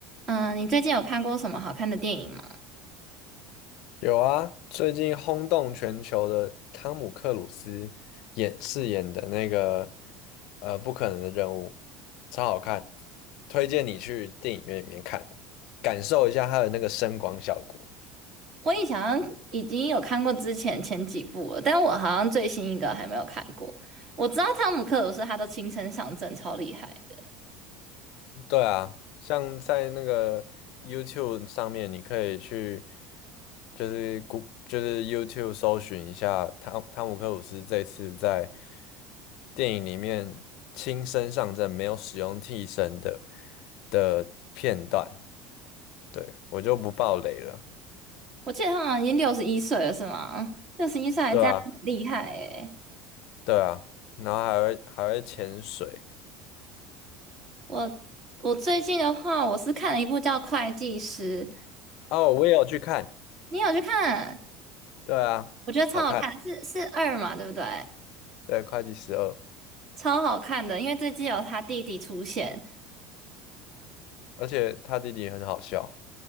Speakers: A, on the right; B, on the left.
A: 嗯，你最近有看过什么好看的电影吗？
B: 有啊，最近轰动全球的汤姆克鲁斯演饰演的那个呃不可能的任务，超好看，推荐你去电影院里面看，感受一下它的那个声光效果。
A: 我以前好像已经有看过之前前几部了，但我好像最新一个还没有看过。我知道汤姆克鲁斯他都青生上阵，超厉害的。
B: 对啊，像在那个 YouTube 上面，你可以去就是谷就是 YouTube 搜寻一下汤汤姆克鲁斯这次在电影里面亲身上阵，没有使用替身的的片段。对，我就不爆雷了。
A: 我记得他好像已经六十一岁了，是吗？六十一岁还这样，
B: 对啊，
A: 很厉害诶。
B: 对啊，然后还会还会潜水。
A: 我我最近的话，我是看了一部叫《会计师》，
B: 哦，我也有去看。
A: 你有去看？
B: 对啊，
A: 我觉得超好看，
B: 好看。
A: 是是二嘛，对不对？
B: 对，会计十二，
A: 超好看的，因为这季有他弟弟出现。
B: 而且他弟弟很好笑。